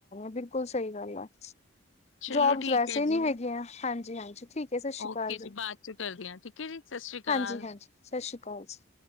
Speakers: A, on the left; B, on the left.
A: ਬਿਲਕੁਲ ਸਹੀ ਗੱਲ ਆ
B: ਚਲੋ
A: ਜੋਬਸ
B: ਠੀਕ
A: ਵੈਸੇ
B: ਹੈ
A: ਨੀ
B: ਜੀ ਹਾਂਜੀ
A: ਹੈਗੀਆਂ ਹਾਂਜੀ ਹਾਂਜੀ ਠੀਕ ਹੈ ਸਤਿ ਸ੍ਰੀ
B: ਓਕੇ
A: ਅਕਾਲ ਜੀ
B: ਬਾਅਦ ਚ ਕਰਦੀ ਹਾਂ ਠੀਕ ਹੈ ਜੀ ਸਤਿ ਸ੍ਰੀ ਅਕਾਲ
A: ਹਾਂਜੀ ਹਾਂਜੀ ਸਤਿ ਸ਼੍ਰੀ ਅਕਾਲ ਜੀ